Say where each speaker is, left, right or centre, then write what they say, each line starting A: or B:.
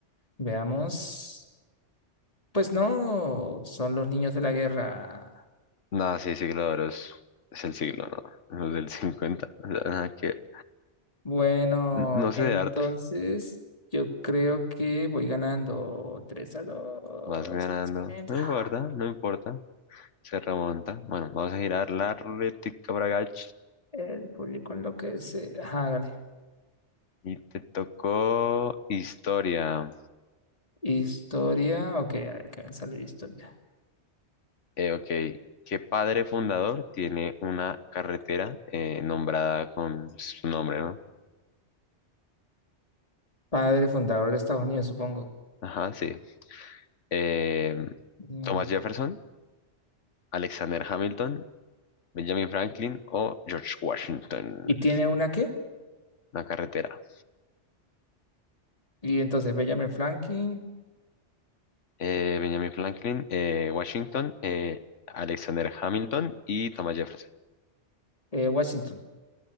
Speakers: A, on the left; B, on the left.
A: Veamos. Pues no, son los niños de la guerra.
B: No, sí, siglo de oro es, es el siglo, ¿no? Los del <laughs> 50 o sea, nada que ver.
A: Bueno,
B: N- no sé
A: entonces
B: de arte.
A: yo creo que voy ganando tres a 2.
B: Vas ganando.
A: Excelente.
B: No
A: Ah,
B: importa, no importa. Se remonta. Bueno, vamos a girar la ruletica para acá.
A: El público enloquece. Hágale.
B: Y te tocó historia.
A: Historia, ok, a ver qué me sale de historia.
B: Eh, ok. ¿Qué padre fundador tiene una carretera eh, nombrada con su nombre, ¿no?
A: Padre fundador de Estados Unidos, supongo.
B: Ajá, sí. Eh,
A: Mm,
B: Thomas Jefferson, Alexander Hamilton, Benjamin Franklin o George Washington.
A: ¿Y tiene una qué?
B: una carretera.
A: Y entonces Benjamin Franklin,
B: Eh, Benjamin Franklin, eh, Washington, eh, Alexander Hamilton y Thomas Jefferson.
A: eh, Washington.